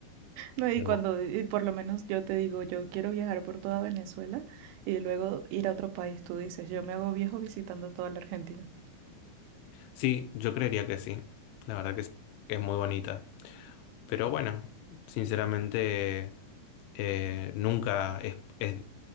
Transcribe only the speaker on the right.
No, y
cuando, y por lo menos yo te digo, yo quiero viajar por toda Venezuela y luego ir a otro país, tú dices, yo me hago viejo visitando toda la Argentina.